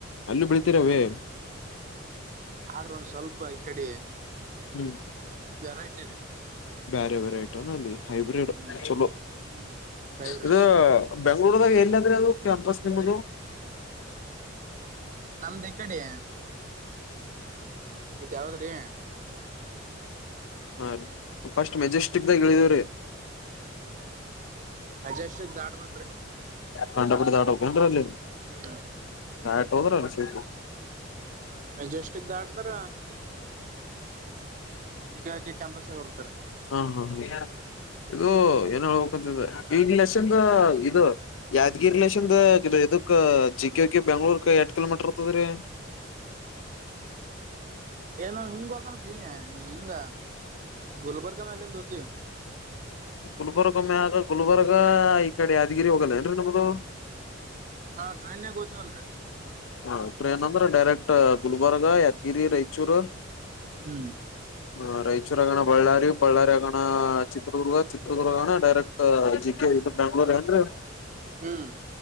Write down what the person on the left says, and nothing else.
ಅಲ್ಲೂ ಬೆಳತಿೀರಾವೇ
ಹ್ಮ್
ಬೇರೆ ಬರ ೈಟನ ಅಲ್ಲಿ ಹೈಬ್ರಿಡ್
ಚಲು
ಇದು ಬೆಂಗಳೂರ್ದಾಗ ಎಲ್ಲಾದ್ರೆ ಅದು ಕ್ಯಾಂಪಸ್ ನಿಮ್ಮದು
ಹ ಪಸ್ಟ್ ಮೆಜೆಸ್ಟಿಕ್ ದಾಗ ಇಳಿದೇವ್ರೀ
ಕಂಡ ಪುಟ್ಟ ತಾಟ ಹೋಗಕೆ ಅ
ನಾಟ ಹೋದ್ರಲ್ಲ ಸೇ
ಹಾ ಹಾ ಇದು ಏನ್ ಹೇಳ್ಬೇಕಂತ ಈನ್ ಲಲೆಷನ್ ಇದು ಯಾದಗಿರಿ ಲಷನ್ ಇದಕ್ ಚಿಕ್ಕಕ್ಕಿ ಬೆಂಗ್ಳೂರ್ಕ್ ಎಟ್ ಕಿಲೋಮೀಟರ್ ಇರ್ತದ್ರೀ
ಗುಲ್ಬರ್ಗ ಮ ಆಗ ಗುಲ್ಬರ್ಗ ಈಗ ಈ ಕಡೆ ಆದಾದಗಿರಿ ಹೋಗಲ್ಲೇನ್ರಿ ನಮ್ದದು
ಹಾ ಟ್ರೇನ್ ಅಂದ್ರೆ ಡೈರೆಕ್ಟ್ ಗುಲ್ಬರ್ಗ ಯಾದಗಿರಿ ರೈಚೂರು
ಹ ರಾಯಚೂರ್ ಆಗೋಣ ಬಳ್ಳಾರಿ ಬಳ್ಳಾರಿ ಆಗೋಣ ಚಿತ್ರದುರ್ಗ ಚಿತ್ರದುರ್ಗ ಆಗಣ ಡೈರೆಕ್ಟ್ ಜಿ ಕೆ ಇದ ಬೆ್ಯಾಂಗ್ಳೂರ್ ಏನ್ೀ